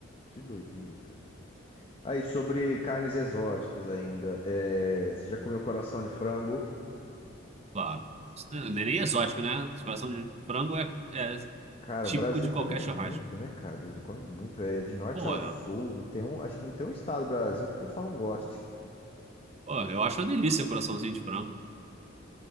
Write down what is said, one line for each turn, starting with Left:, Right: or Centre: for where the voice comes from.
Left: que doideira, cara. Aí, sobre carnes exóticas ainda. é, Você já comeu coração de frango?
Right: Claro. Isso não é não é nem exótico, né? Coração de frango é, é
Left: Cara,
Right: típico
Left: o Brasil
Right: de qualquer
Left: come muito,
Right: churrasco.
Left: né, cara? O Brasil come muito. É de norte
Right: Porra,
Left: ao sul. Não tem um... Acho que não tem um estado do Brasil que o pessoal não goste.
Right: porra, eu acho uma delícia o coraçãozinho de frango.